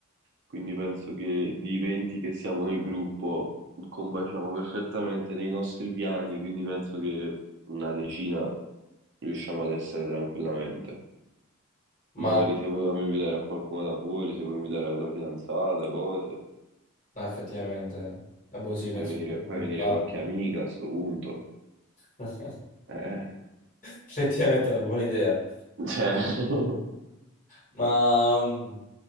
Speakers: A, on the right (about 55°); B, on the left (about 35°).
A: Quindi penso che di 20 che siamo nel gruppo combaciamo perfettamente nei nostri piani, quindi penso che una decina riusciamo ad essere tranquillamente.
B: Ma
A: Magari se vogliamo invitare a qualcuno da fuori, se vuoi invitare la tua fidanzata, cose,
B: no, effettivamente... Ah, boh, sì, penso
A: fai venire,
B: di
A: fai
B: di imparare.
A: venire qualche amica a sto punto.
B: <laughs>
A: Eh,
B: Effettivamente è una buona idea.
A: cioè, <laughs>
B: Ma mm,